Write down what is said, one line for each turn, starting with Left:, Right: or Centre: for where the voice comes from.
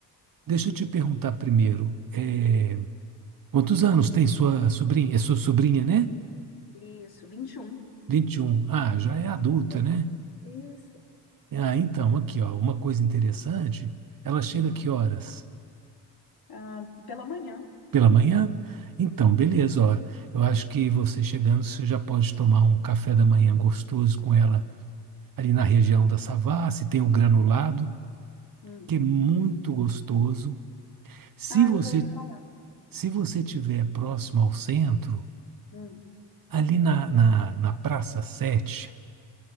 Right: deixa eu te perguntar primeiro. é, Quantos anos tem sua sobrinha? É sua sobrinha, né?
Left: Isso, 21.
Right: 21. Ah, já é adulta,
Left: Almoço.
Right: né?
Left: Isso.
Right: Ah, então, aqui, ó, uma coisa interessante. Ela chega
Left: Hum.
Right: que horas?
Left: Ah, pela manhã.
Right: Pela manhã? Então,
Left: Isso.
Right: beleza, ó. Eu acho que você chegando, você já pode tomar um café da manhã gostoso com ela ali na região da Savassi, tem o granulado,
Left: Hum.
Right: que é muito gostoso. Se
Left: Ah,
Right: você
Left: eu já ouvi falar.
Right: se você tiver próximo ao centro,
Left: Hum.
Right: ali na, na, na Praça sete.